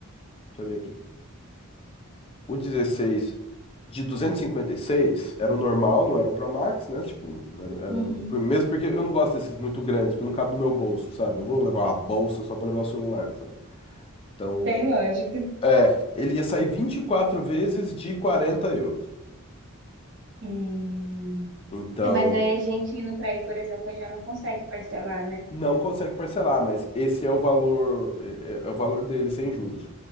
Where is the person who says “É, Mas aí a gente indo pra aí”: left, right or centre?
Right